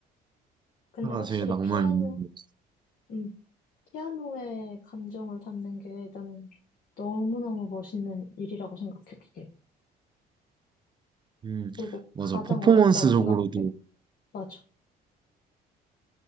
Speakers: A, on the left (about 55°); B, on the right (about 25°).
A: 근데
B: 가사가
A: 확실히
B: 제일 낭만이
A: 피아노,
B: 있는 거 같아.
A: 음, 피아노의 감정을 담는 게 나는 너무너무 멋있는 일이라고 생각해, 그게.
B: 음,
A: 그리고
B: 맞아.
A: 가장
B: 퍼포먼스적으로도
A: 어렵다고 생각해. 맞아.